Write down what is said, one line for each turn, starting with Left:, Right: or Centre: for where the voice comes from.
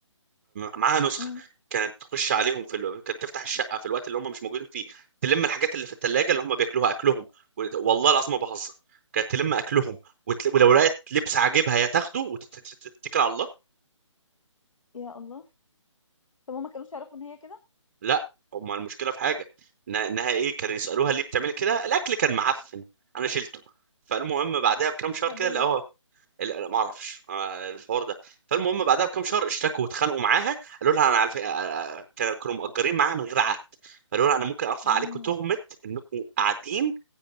Right: معاها نسخه
Left: امم
Right: كانت تخش عليهم في الو... كانت تفتح الشقه في الوقت اللي هم مش موجودين فيه تلم الحاجات اللي في الثلاجه اللي هم بياكلوها اكلهم و... والله العظيم ما بهزر كانت تلم اكلهم وت... ولو لقيت لبس عاجبها هي تاخده وتتكل على الله
Left: يا الله طب هما كانوش يعرفوا ان هي كده
Right: لا هم المشكله في حاجه إن- انها ايه كانوا يسالوها ليه بتعملي كده الاكل كان معفن انا شلته فالمهم بعدها بكام شهر
Left: طب
Right: كده
Left: واللبس
Right: لقوها ال- لا ما اعرفش آه، الحوار ده فالمهم بعدها بكام شهر اشتكوا واتخانقوا معاها قالوا لها انا على فكره آه، كانوا كانوا مأجرين معاها من غير عقد فقالوا لها انا ممكن ارفع
Left: امم
Right: عليكم تهمه انكم قاعدين